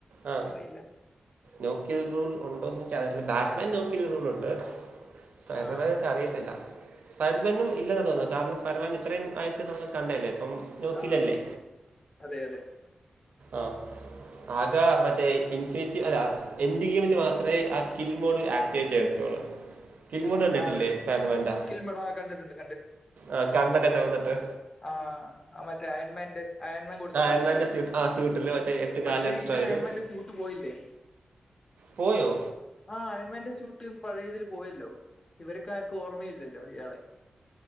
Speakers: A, on the right; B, on the left.
A: ആ
B: അറിയില്ല
A: നോക്കി റൂൾ ഉണ്ടോന്നുംഇൻക് അറിയത്തില്ല <unintelligible> ഉണ്ട് ഫൈഡാർമനെ
B: ആ
A: ഇക്ക അറിയത്തില്ല ഫൈഡർമനും ഇല്ലെന്ന തോന്നുന്നു കാരണംഫൈ ഡർമാ ൻ ഇത്രയും ആയിക്ക് കണ്ടേനെ ഇപ്പം നോ
B: ആഹ്
A: കില്ലല്ലേ
B: അതെ അതെ
A: ആഹ് ആകെ മറ്റേ ഇൻസിജി അല്ല എൻ ണ്ടിയുമെന്റ് മാത്രമേ ആ കിൽ മോഡ് <unintelligible> കിൻ പോഡ് കണ്ടിട്ടില്ലേ
B: ആ
A: ഫൈഡർ മാന്റെ
B: കിൽമേട കണ്ടിട്ടുണ്ട്
A: ആ കണ്ണൊക്കെ ചോന്നിട്ട്
B: ആഹ് ആ മറ്റേ അയൺമന്റ് അയൺമൻ കൊടുത്ത
A: ആൻഡ്മാൻ്റെ
B: സ്യൂട്ടുള്ള
A: സ്യൂട്ട് ആ സ്യൂട്ടിൽ മറ്റേ എട്ട് കാല്
B: പക്ഷേ
A: എക്സ്ട്രാ
B: ഇതിലയമെന്റ്
A: വരും
B: സൂട്ട് പോയില്ലേ
A: പോയോ
B: ആഹ് അയന്മന്റെസൂട്ട് പഴയതിൽ പോയല്ലോ ഇവരക്ക ആർക്കും ഓർമ്മയില്ലല്ലോ ഇയാളെ